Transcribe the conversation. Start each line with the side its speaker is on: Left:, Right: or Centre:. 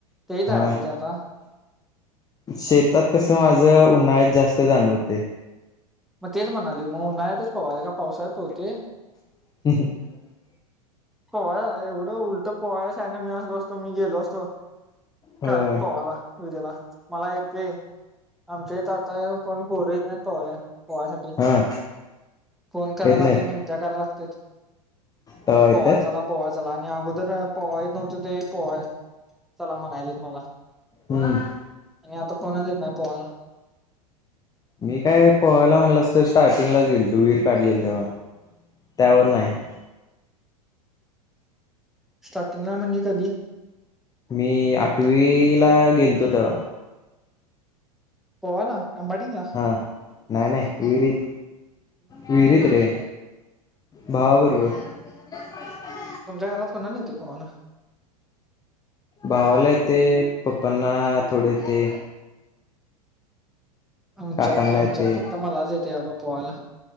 Centre: तेही जायचं
Left: हा
Centre: रे आता
Left: शेतात कस माझ उन्हाळ्यात जास्त तर जाण हुतय.
Centre: मग तेच म्हणालोय मग उन्हाळतच पवायचं गा काय पावसाळ्यात पवतय.
Left: <unintelligible>
Centre: पोवाय जायाच, एवढं उलट पोवाय शान्या मी असलो असतो मी गेलो असतो.
Left: होय
Centre: कायम पवाला. विहरीला मला येतय, आमचे तिथ आता कोण पोर येत नाहीत पोहायला. पोहायसाठी.
Left: हा
Centre: फोन कराय
Left: येत
Centre: लागतोय
Left: नाहीत
Centre: मिनत्या कराय लागत त्यात.
Left: तवा येतात.
Centre: पोवाय चला पोवाय चला आणि अगोदर पोहाय ईत नव्हतं, त्यावेळी पोहाय चला म्हणायचेेत मला,
Left: हम्म.
Centre: आणि आता कोणाच येत नाही पोहायला.
Left: मी काय पोहायला म्हणलास तर, स्टार्टिंगलाच गेलतो विहीर काढलेली तवा त्यावर नाही.
Centre: स्टार्टिंगला म्हणजे कधी?
Left: मी आठवी ला गेलतो तवा.
Centre: पवायला? आंबाटींगला.
Left: हा नाही नाही. विहिरीत, विहिरीत रे भावाबरोबर. <inaudible>
Centre: तुमच्या घरात कुणाला येतय पवायला?
Left: भावाला येतय, पप्पांना थोड येतय.
Centre: आमच्यात
Left: काकांना
Centre: आमच्यात
Left: येते
Centre: फक्त‌ मलाच येतय बा पोहायला.